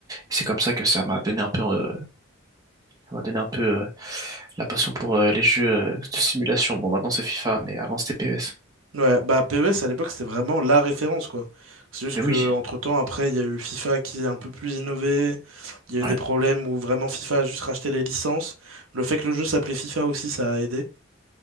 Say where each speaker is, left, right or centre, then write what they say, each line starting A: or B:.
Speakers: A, on the right; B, on the right.
A: Et c'est comme ça que ça m'a donné un peu, euh, ça m'a donné un peu euh, la passion pour euh, les jeux euh, de simulation. Bon, maintenant c'est FIFA, mais avant c'était PS.
B: Ouais, bah PES à l'époque c'était vraiment la référence quoi. C'est juste
A: Mais
B: que
A: oui,
B: entre-temps après il y a eu FIFA qui est un peu plus innové, il y a eu
A: ouais.
B: des problèmes où vraiment FIFA a juste racheté les licences. Le fait que le jeu s'appelait FIFA aussi ça a aidé.